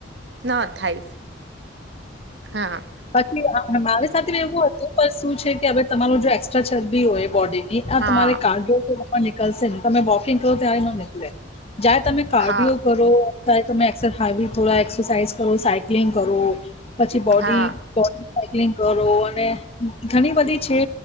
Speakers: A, on the right (about 65°); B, on the left (about 30°).
A: ન થાય હા
B: પછી મારી સાથે એવું હ ઉપર શું છે કે હવે તમારો જો એકક્સ્ટ્રા ચરબી હોય બોડી ની આ
A: હા
B: તમારે કાડો માં નીકળશે ને તમે વોકિંગ કરો ત્યારે ન નીકળે જ્યારે તમે કાર્ડિયો
A: હા
B: કરો ત્યારે તમે એક્સ હાવી થોડા એક્સરસાઈઝ કરો સાયક્લિંગ કરો પછી બોડી
A: હા
B: પોન સાયક્લિંગ કરો અને ઘણી બધી છે